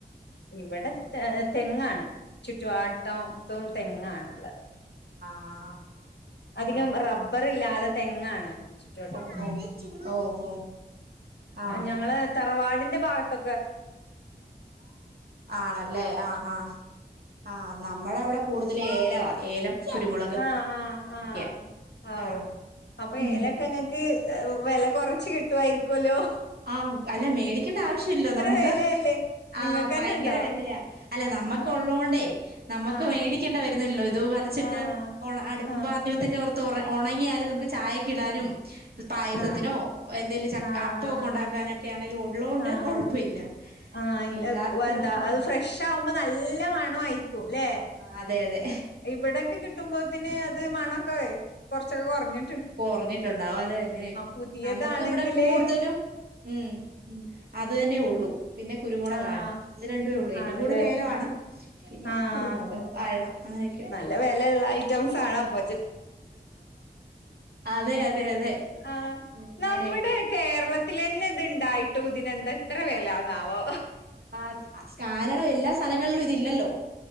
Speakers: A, on the left; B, on the right.
A: ഇവിടെ തെങ്ങാണ് ചുറ്റുവാട്ടത്തും തെങ്ങാണുള്ളത്
B: ആഹ് അപ്പൊ
A: അധികം റബ്ബർ ഇല്ലാതെ തെങ്ങാണ് ചുറ്റുവട്ടത്തും
B: അങ്ങനെ ഓ ഓ ആഹ്
A: ഞങ്ങളെ തറവാടിന്റെ ഭാഗത്തൊ
B: ആണല്ലേ ആഹ ആഹ് നമ്മുടെ അവിടെ കൂടുതൽ ഏല വാ ഏലം കുരുമുളക്
A: ആഹ് ആഹ്
B: ഒക്കെ
A: ആഹ് അവു
B: ആഹ്
A: അപ്പൊ
B: ഉം
A: ഏലൊക്കെങ്ങക്ക് വെല കൊറച്ച് കിട്ടുമായിരിക്കൊല്ലോ
B: ആഹ് അല്ല മേടിക്കണ്ട ആവശ്യല്ല നമുക്ക്
A: വെലയല്ലേ
B: ആഹ്
A: നിങ്ങൾക്കന്നെ
B: ഭയങ്കര
A: ഇണ്ടോ
B: വിലയാ അല്ല നമ്മക്ക്
A: ആഹ്
B: ഉള്ളോണ്ടേ നമ്മുക്ക്
A: ആഹ്
B: മേടിക്കേണ്ട വ ല്ലോ അത് പറിച്ചിട്ട്
A: ആഹ്
B: അടുപ്പും
A: ആഹ്
B: പാചകത്തിന്റെ പുറത്തിടും തുറ ഉണങ്ങിയാൽ നമുക്ക് ചായക്ക് ഇടാനും പായസത്തിനോ
A: ആഹ്
B: എന്തേലും
A: ആഹ്
B: ക്ക
A: ആഹ്
B: ഉണ്ടാക്കാനൊക്കെ
A: ആഹ്
B: ആണെലും ഉള്ളോണ്ട്
A: ആഹ്
B: കൊഴപ്പമില്ല
A: ആഹ്
B: ഇല്ലാത്തവർക്കൊ
A: എന്താ അത് ഫ്രഷ് ആവുമ്പോ നല്ല മണ ണം ആരിക്കും ല്ലെ
B: അതെ അതെ
A: ഇവിടെയെക്കെ കിട്ടുമ്പോത്തിന് അത് മണം ഹേയ് കൊറച്ചൊക്കെ കൊറഞ്ഞി
B: കൊറഞ്ഞിട്ടുണ്ടാവും അതുതന്നെ
A: പുതിയതാണെങ്കില്
B: നമുക്കിവിടെ കൂടുതലും ഉം അത് തന്നെ ഉള്ളൂ പിന്നെ കുരുമുളകാണ്
A: ആഹ്
B: അത് രണ്ടുവേയുള്ളൂ ഏറ്റവും
A: ആണല്ലേ
B: കൂടുതൽ ഏലവാണ് പിന്നെ
A: ആഹ്
B: കുരുമുളക് വാഴ അങ്ങനെയൊക്കെയുണ്ട്
A: ഉം നല്ല വെലള്ള ഐറ്റംസ് ആണ് അപ്പൊ
B: അതെ അതെ അതെ
A: ആ
B: അങ്ങനെയൊക്കെ
A: നമ്മുടെ കേരളത്തിലന്നെ ഇതുണ്ടായി ട്ടുതിനെന്താ ഇത്ര വിലാന്നാവോ
B: ആ കാരണം എല്ലാ സ്ഥലങ്ങളിലും ഇത് ഇല്ലല്ലോ